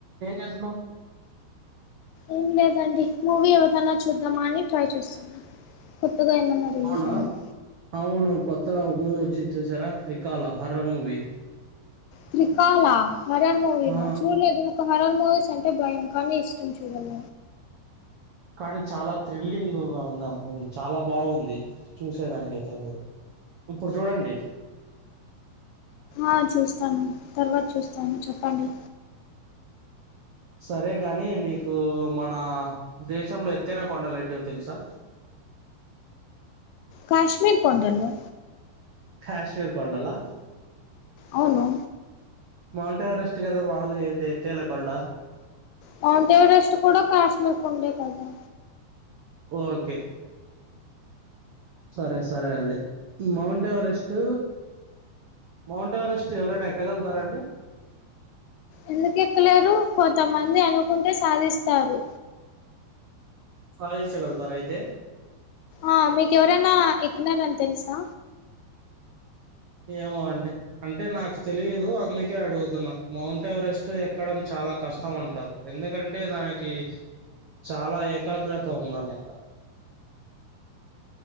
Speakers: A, on the right (about 80°); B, on the left (about 85°).
A: ఏం చేస్తున్నావ్
B: ఏం లేదండి మూవీ ఏదైన్నా చూద్దామా అని ట్రై చేస్తున్నా కొత్తగా ఏమన్నా రిలీజ్
A: అవునా
B: అయింది
A: అవును కొత్త మూవీ వచ్చింది చూసారా Trikala horror movie
B: Trikala horror మూవీనా
A: ఆ
B: చూలేదు హరర్ మూవీస్ అంటే భయం కానీ ఇష్టం చూడడం
A: కానీ చాలా థ్రిల్లింగ్ గా ఉంది ఆ మూవీ చాలా బాగుంది చూసేదానికయితే మీరు ఇప్పుడు చూడండి
B: ఆ చూస్తాను తర్వాత చూస్తాను చెప్పండి
A: సరే గాని మీకు మన దేశంలో ఎత్తైన కొండలు ఏంటివో తెలుసా
B: కాశ్మీర్ కొండలు
A: కాశ్మీర్ కొండలా
B: అవును
A: మౌంట్ ఎవరెస్ట్ కదా వాల్ ఎ ఎత్తైన కొండ
B: మౌంట్ ఎవరెస్ట్ కూడా కాశ్మీర్ కొండే కదా
A: ఓకే సరే సరేండి మౌంట్ ఎవరెస్ట్ మౌంట్ ఎవరెస్ట్ ఎవరైనా ఎక్కగలుగుతారండి
B: ఎందుకు ఎక్కలేరు కొంతమంది అనుకుంటే సాధిస్తారు
A: సాధించగలుతార అయితే
B: ఆ మీకు ఎవరైనా ఎక్కుతారని తెలుసా
A: ఏమో అండి అంటే నాకు తెలిదు అందుకే అడుగుతున్న మౌంట్ ఎవరెస్ట్ ఎక్కడం చాలా కష్టం అంటారు ఎందుకంటే దానికి చాలా ఏకాగ్రత ఉండాలంట